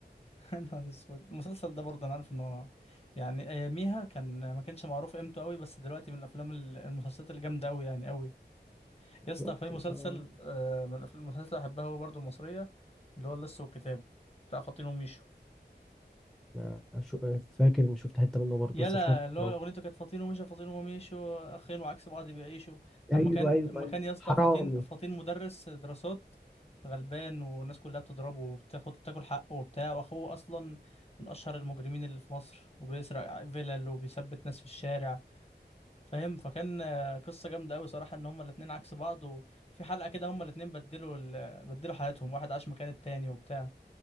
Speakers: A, on the left; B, in the centre.
A: يا نهار اسود المسلسل ده برضه انا عارف ان هو يعني اياميها كان ما كانش معروف قيمته قوي بس دلوقتي من الافلام ال- المسلسلات الجامده قوي يعني قوي يا اسطى
B: بالظبط
A: في مسلسل
B: آه.
A: آه، من الأف- المسلسلات اللي بحبها هو برضه المصريه اللي هو اللص والكتاب بتاع فاطين وميشو
B: ما شو فاكر اني شفت حته منه برضه
A: يلا
B: بس مش فاكر
A: اللي هو
B: اهو.
A: اغنيته كانت فاطين ومشى فاطين ومشوا اخين وعكس بعض بيعيشوا لما
B: ايوه
A: كان
B: ايوه
A: لما
B: ايوه
A: كان يا اسطى
B: حرامي
A: فاطين فاطين مدرس دراسات غلبان والناس كلها بتضربه وبتاخد تاكل حقه وبتاع واخوه اصلا من اشهر المجرمين اللي في مصر وبيسرق فيلل وبيثبت ناس في الشارع فاهم فكان آه، قصه جامده قوي صراحه ان هما الاتنين عكس بعض و- وفي حلقه كده هما الاتنين بدلوا ال... بدلوا حياتهم واحد عاش مكان التاني وبتاع